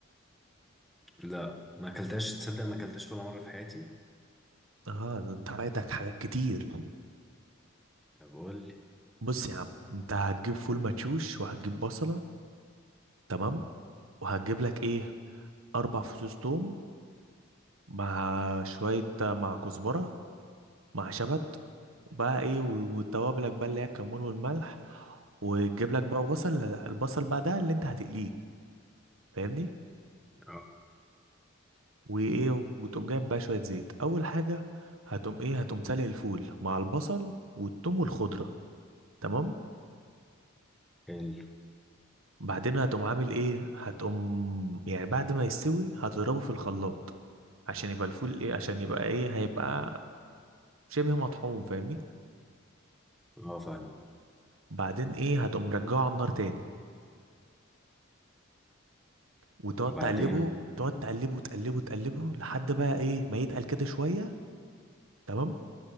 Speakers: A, in the centre; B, on the right.
A: لا ما اكلتهاش تصدق ما اكلتهاش ولا مرة في حياتي
B: اه ده انت فايتك حاجات كتير
A: طب قول لي
B: بص يا عم انت هتجيب فول مدشوش وهتجيب بصلة تمام وهتجيب لك ايه اربع فصوص توم مع شوية مع كزبرة مع شبت وبقى ايه و- وتوابلك بقى اللي هي الكمون والملح وتجيب لك بقى بصل البصل بقى ده اللي انت هتقليه فاهمني
A: اه
B: وايه وتقوم جايب بقى شوية زيت اول حاجة هتقوم ايه هتقوم سالق الفول مع البصل والثوم والخضرة تمام
A: حلو
B: بعدين هتقوم عامل ايه هتقوم يعني بعد ما يستوي هتضربه في الخلاط عشان يبقى الفول ايه عشان يبقى ايه هيبقى شبه مطحون فاهمني
A: اه فاهم
B: بعدين ايه هتقوم رجعه على النار تاني وتقعد
A: وبعدين
B: تقلبه تقعد تقلبه تقلبه تقلبه لحد بقى ايه ما يتقل كده شويه تمام